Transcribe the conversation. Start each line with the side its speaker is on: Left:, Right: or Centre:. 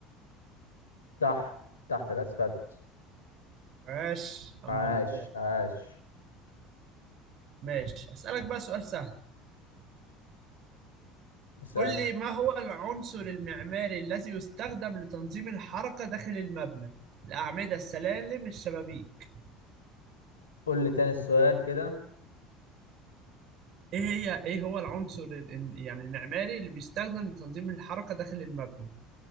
Left: تحت تحت الاسفلت
Right: ماشي الحمد
Left: عاش
Right: لله
Left: عاش
Right: ماشي أسألك بقى سؤال سهل
Left: اسأل
Right: قول لي ما هو العنصر المعماري الذي يستخدم لتنظيم الحركة داخل المبنى الأعمدة السلالم الشبابيك
Left: قول لي تاني السؤال كده
Right: إيه هي إيه هو العنصر ال- ال- يعني المعماري اللي بيستخدم لتنظيم الحركة داخل المبنى